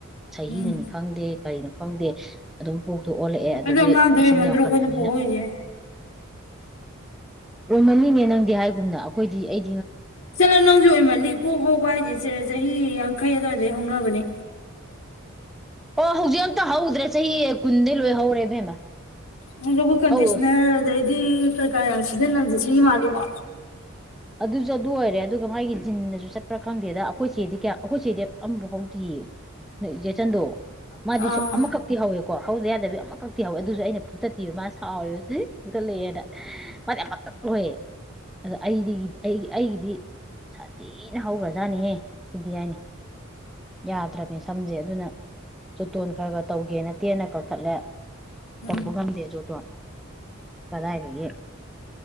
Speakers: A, in the centre; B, on the left.
A: ꯆꯍꯤꯅꯅꯤ
B: ꯎꯝ
A: ꯈꯪꯗꯦ ꯀꯔꯤꯅꯣ ꯈꯪꯗꯦ ꯑꯗꯨꯝ ꯊ ꯑꯣꯜꯂꯛꯑꯦ ꯑꯗꯨꯗꯤ
B: ꯑꯗꯣ ꯑꯉꯥꯡꯗꯣ
A: ꯃꯁꯤꯡ
B: ꯑꯣꯏꯃꯟꯗ꯭ꯔꯣ
A: ꯌꯥꯝꯈꯠꯂꯛꯑꯅꯤꯅ
B: ꯑꯩꯈꯣꯏꯅ ꯄꯣꯛꯍꯧꯔꯤꯁꯦ
A: ꯑꯣꯏꯃꯜꯂꯤꯅꯦ ꯅꯪꯗꯤ ꯍꯥꯏꯒꯨꯝꯅ ꯑꯩꯈꯣꯏꯗꯤ ꯑꯩ
B: ꯆꯂꯣ ꯅꯣꯡꯁꯨ ꯑꯣꯏꯃꯜꯂꯤ ꯄꯣꯛ ꯍꯧꯕ ꯍꯥꯏꯗꯦ ꯁꯦ ꯆꯍꯤ ꯌꯥꯡꯈꯩ ꯑꯗꯨꯋꯥꯏ ꯑꯗꯥꯏꯗꯩꯩ ꯍꯧꯅꯕꯅꯦ
A: ꯑꯣ ꯍꯧꯖꯤꯛ ꯑꯃꯇ ꯍꯧꯗ꯭ꯔꯦ ꯆꯍꯤ ꯀꯨꯟꯗꯩ ꯂꯣꯏ ꯍꯧꯔꯦ ꯏꯕꯦꯝꯃ
B: ꯑ ꯑꯩꯈꯣꯏ ꯀꯟꯗꯤꯁꯅꯔ
A: ꯍꯧ
B: ꯑꯗꯩꯗꯤ ꯀꯩꯀꯥ ꯌꯥꯝ ꯏꯅ ꯍꯧꯖꯤꯟꯅꯕꯁꯦ ꯁꯤꯒꯤ ꯃꯥꯜꯂꯤꯀꯣ
A: ꯑꯗꯨꯁꯨ ꯑꯗꯨ ꯑꯣꯏꯔꯦ ꯑꯗꯨꯒ ꯃꯥꯒꯤ ꯖꯤꯟꯅꯁꯨ ꯆꯠꯄ꯭ꯔꯥ ꯈꯪꯗꯦꯗ ꯑꯩꯈꯣꯏ ꯆꯦꯗꯤ ꯀꯌꯥ ꯑꯩꯈꯣꯏ ꯆꯦꯗꯤ ꯑꯃꯐꯥꯎ ꯍꯧꯎꯗꯔꯤꯌꯦ ꯅꯣꯏ ꯏꯆꯦ ꯆꯟꯗꯣ
B: ꯑꯥ
A: ꯃꯥꯗꯤ ꯁꯨ ꯑꯃꯈꯛꯇꯤ ꯍꯧꯋꯦꯣ ꯀꯣ ꯍꯧꯗ ꯌꯥꯗꯕꯤ ꯑꯃ ꯀꯛꯇꯤ ꯍꯧꯏ ꯑꯗꯨꯁꯨ ꯑꯩꯅ ꯐꯨꯛꯇꯠꯄꯤꯕ ꯃꯥꯅ ꯁꯥꯎꯔꯤꯕ ꯐꯨꯛꯇꯠꯂꯛꯑꯦꯅ ꯃꯥꯗꯤ ꯑꯃꯛ ꯀꯛ ꯂꯣꯏ ꯑꯗꯣ ꯑꯩꯗꯤ ꯑꯩꯒꯤ ꯑꯩꯒꯤꯗꯤ ꯁꯥꯊꯤꯅ ꯍꯧꯈ꯭ꯔꯖꯥꯠꯅꯤꯍꯦ ꯁꯤꯗꯤ ꯍꯥꯏꯅꯤ ꯌꯥꯗꯔꯃꯦ ꯁ ꯁꯝꯖꯦ ꯑꯗꯨꯅ ꯆꯣꯇꯣꯟ ꯈꯔ ꯈꯔ ꯇꯧꯒꯦꯅ ꯇꯦꯟꯅ ꯀꯛꯊꯠꯂꯦ ꯇꯧꯕ
B: ꯎꯝ
A: ꯉꯝꯗꯦ ꯖꯣꯇꯣꯟ ꯀꯗꯥꯏꯗꯒꯤ